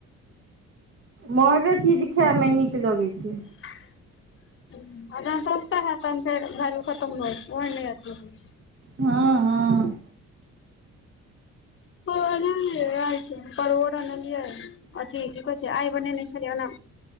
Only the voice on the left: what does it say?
<inaudible> जहन सस्ता हयत तहन फेर वैलू खतम हो ओह नहि हयत
<unintelligible> परोर अनलिए अथी की कहै छै आइ बनेने छली ओना